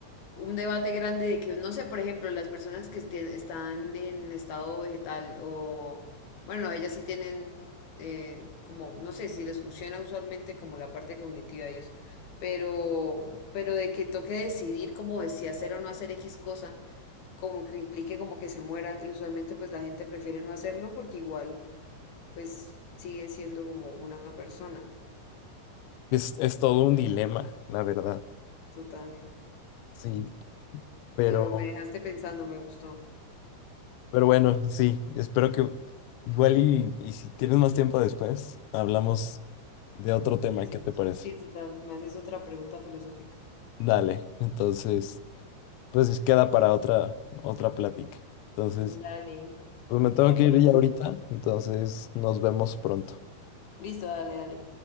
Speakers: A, on the left (about 60°); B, on the left (about 80°).
A: un debate grande de que, no sé, por ejemplo, las personas que estén- están en estado vegetal o, bueno, ellas sí tienen, eh, como, no sé si les funciona usualmente como la parte cognitiva y eso, pero, pero de que toque decidir como de si hacer o no hacer X cosa, como que implique como que se mueran y usualmente pues la gente prefiere no hacerlo porque igual pues siguen siendo como una persona
B: Es, es todo un dilema, la verdad.
A: total.
B: Sí, pero,
A: Pero me dejaste pensando, me gustó.
B: pero bueno, sí, espero que igual y, y si tienes más tiempo después, hablamos de otro tema,
A: Me haces-
B: ¿qué te parece?
A: Sí, total. Me haces otra pregunta filosófica.
B: Dale, entonces, pues queda para otra, otra plática. Entonces,
A: Dale.
B: pues me tengo
A: Estamos
B: que ir
A: hablando.
B: ya ahorita, entonces nos vemos pronto.
A: Listo, dale, dale.